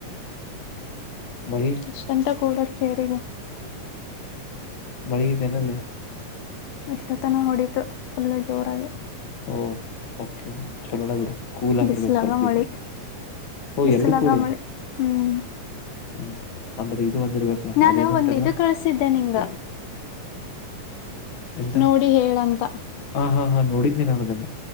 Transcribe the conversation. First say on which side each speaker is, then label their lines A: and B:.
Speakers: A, on the left (about 45°); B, on the left (about 75°).
A: ಮಳಿ
B: ಇಷ್ಟಂತ ಕೂಡ ಸೇಗೆ
A: ಮಳೆಗಿದ್ದೇನಲ್ಲೇ
B: ಎಷ್ಟೊತನ ಹೊಡಿತು ಸುಲ್ಲೆ ಜೋರಾಗಿ
A: ಓ ಓಕೆ ಚಲೋಣ ಬಿಡ ಕೂಲ್ ಆಗಿರ್ಬೇಕ
B: ಬಿಸ್ಲಾಗ
A: ಸ್ವಲ್ಪ
B: ಮಳಿ
A: ಈಗ ಓ
B: ಬಿಸ್ಲಾಗ
A: ಎರಡು ಕೂಡೆ
B: ಮಳಿ ಹ್ಮ್
A: ಹ್ಮ್ ಅಂದ್ರೆ ಇದು ಒಂದಿರ್ಬೇಕಲಾ
B: ನಾನ
A: ಅದೇನಂತೆಲ್ಲ
B: ಒಂದ್ ಇದು ಕಳ್ಸಿದ್ದೆ ನಿಂಗ
A: ಎಂತ
B: ನೋಡಿ ಹೇಳಂತ
A: ಹ ಹಾ ಹಾ ನೋಡಿದ್ ನೀನ್ಾನದನ್ನ